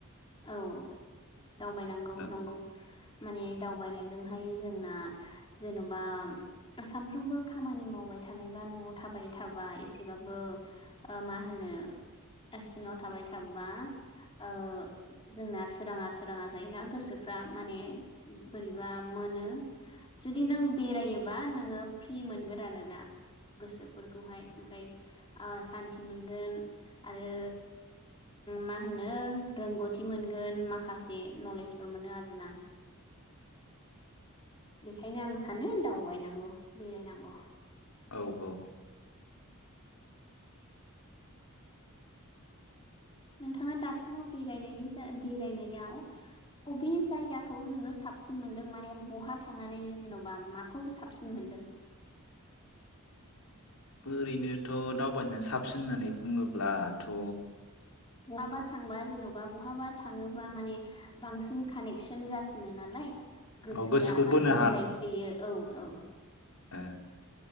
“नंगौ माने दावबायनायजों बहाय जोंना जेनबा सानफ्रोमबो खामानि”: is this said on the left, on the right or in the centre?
Left